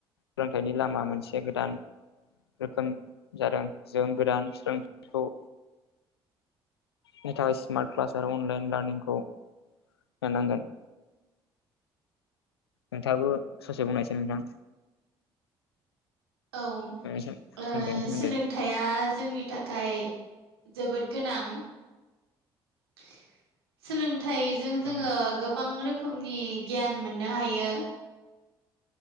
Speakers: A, on the left; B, on the right.
A: सोलोंथाइनि लामा मोनसे गोदान रोखोम जादों जों गोदान सोलोंथाइखौ नि थाखाय स्मार्ट क्लास आरो अनलाइन लार्ननिंखौ लानांगोन नोंथाङाबो ससे बुंनायसै नोंथां
B: औ
A: नोंनिसिम
B: ओ
A: सोलोंथाइनि सोमोन्दै
B: सो खोथाया जोंनि थाखाय जोबोद गोनां <inaudible> सोलोंथाइजों जोङो
A: औ
B: गोबां रोखोमनि गियान मोननो हायो